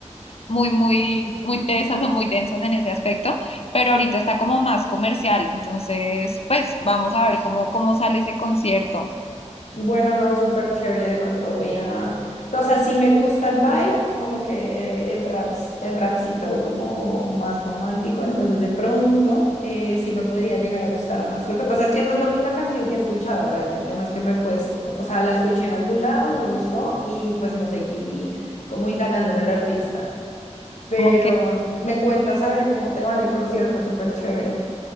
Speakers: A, on the left; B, on the left.
A: muy, muy, muy tesas o muy densas en ese aspecto, pero ahorita está como más comercial, entonces pues vamos a ver cómo, cómo sale ese concierto.
B: Bueno, no, súper chévere. De pronto voy a. O sea, sí me gusta el vibe, como que eh, el rap, el rapcito como más romántico. Entonces, de pronto eh, sí me podría llegar a gustar más. Lo que pasa es que esa es la única canción que he escuchado realmente. No es que me pues. O sea, la escuché en algún lado, me gustó y pues no seguí como indagando en el artista. Pero
A: Ok.
B: me cuentas a ver cómo te va en el concierto, súper chévere.